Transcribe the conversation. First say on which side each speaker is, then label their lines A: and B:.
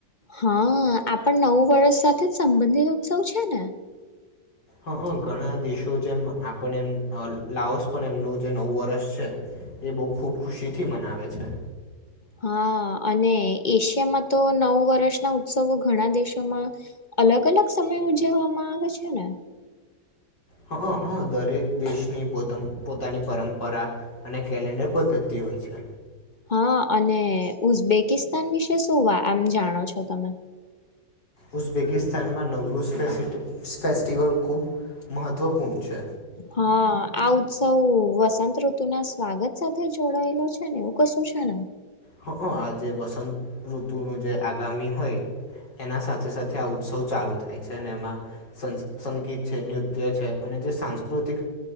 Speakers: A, on the left; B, on the left.
A: હા, આપણ નવુવર્ષ સાથે જ સંબંધિત ઉત્સવ છે ને
B: હ, ઘણા દેશો જેમ આપણે એમ લાઓસ પણ એમનું જે નવું વર્ષ છે એ બહુ ખુબ ખુશી થી મનાવે છે
A: હા, અને એશિયામાં તો નવું વર્ષના ઉત્સવો ઘણા દેશોમાં અલગ અલગ સમય ઉજવવામાં આવે છે ને
B: હ, હ, દરેક દેશની પો પોતાની પરંપરા અને કેલેન્ડર પદ્ધતિ હોય છે
A: હા, અને ઉઝબેકિસ્તાન વિશે શું વા આમ જાણો છો તમે
B: ઉઝબેકિસ્તાનમાં નવરૂઝ ફેસ્ટિવલ ખૂબ મહત્વપૂર્ણ છે
A: હા, આ ઉત્સવ વસંત ઋતુ ના સ્વાગત સાથે જોડાયેલો છે ને એવું કશું છે ને
B: હ અ, આ જે વસંત ઋતુનો જે આગામી હોય એના સાથે સાથે આ ઉત્સવ ચાલુ થાય છે અને એમાં સંગીત છે, નૃત્ય છે, અને જે સાંસ્કૃતિક